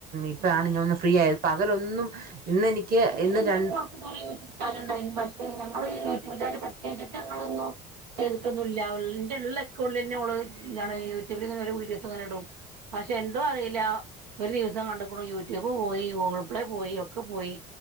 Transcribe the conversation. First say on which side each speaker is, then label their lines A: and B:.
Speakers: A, on the right (about 50°); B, on the right (about 85°).
A: ഇപ്പഴാണ്
B: ആഹ്
A: ഞാൻ ഒന്ന് ഫ്രീ ആയത് പകലൊന്നും ഇന്നെനിക്ക്
B: എന്റെ
A: ഇന്ന്
B: എന്റെ
A: രണ്ട്
B: ഉമ്മാക്ക് <unintelligible> സ്ഥലം ഉണ്ടായിരുന്നു പക്ഷെ <unintelligible> ചെർക്കൊന്നുമില്ല അവന്റെ ഉള്ള അക്കൗണ്ടിൽ തന്നെമ്മള് ഇണ് യൂട്യൂബിൽ ഇങ്ങനെ വീഡിയോസ് ഇങ്ങനെ ഇടും പക്ഷെ എന്തോ അറിയില്ല ഒരു ദിവസം കണ്ട കൂ യൂട്യൂബ് പോയി ഗൂഗിൾ പ്ലേ പോയി ഒക്കെ പോയി